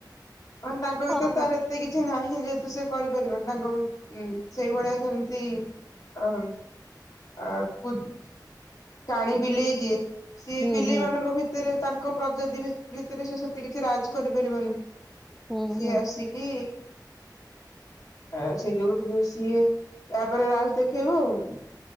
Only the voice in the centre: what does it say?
ହଁ।
ହୁଁ
ହୁଁ
ହୁଁ
ହୁଁ